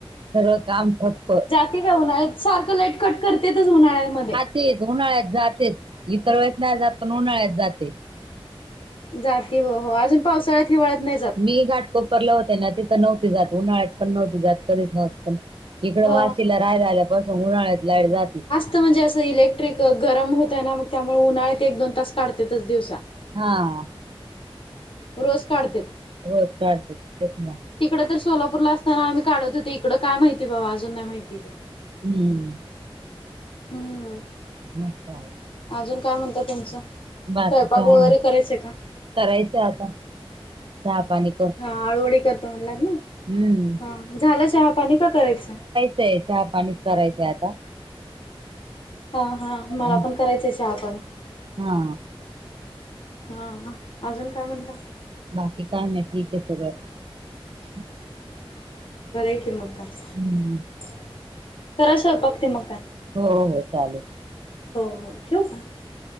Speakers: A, on the right; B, on the left.
A: सगळं काम ठप्प
B: नाही गं उन्हाळ्यात सारखं लाईट कट करतेच उन्हाळ्यामध्ये
A: तेच उन्हाळ्यात जातेच इतर वेळेस जात पण उन्हाळ्यात जाते
B: जाते हो हो अजून पावसाळ्यात हिवाळ्यात नाही जात
A: मी घाट कोपरला होते ना तिथं नव्हती जात उन्हाळ्यात पण नव्हती जात कधीच नव्हतं इकड
B: ह
A: वाशीला राह्याला आल्या पासून उन्हाळ्यात लाईट जाती
B: तिथं म्हणजे असं इलेक्ट्रिक गरम होतय ना मग त्यामुळे उन्हाळ्या ते एक दोन तास काढतातच दिवसा
A: हा
B: रोज काढत्यात
A: रोज काढत्यात तेच ना
B: तिकडं तर सोलापूर ला असताना आम्ही काढत होते इकडं काय माहिती बाबा अजून नाही माहिती इकडं
A: हम्म
B: हम्म
A: नि्च आहे
B: अजून काय म्हणत तुमचं
A: बाकी
B: स्वयंपाक
A: काय
B: वगैरे
A: नाही.
B: करायचंय का
A: करायचं आता चहा पाणी
B: हा आळूवळी करते म्हणला ना
A: हं
B: हा झालं चहापाणी का करायचंय
A: ते चहा पाणीच करायचंय आता
B: हा हा मला
A: मग
B: पण करायचं चहापाणी
A: हा
B: हा अजून काय म्हणला
A: बाकी काय नाही ठीक आहे सगळं
B: हा हा बरं आहे की मग काय
A: हम्म
B: करा स्वयंपाक ते मग काय
A: हो हो चालंल
B: हो हो ठेवू का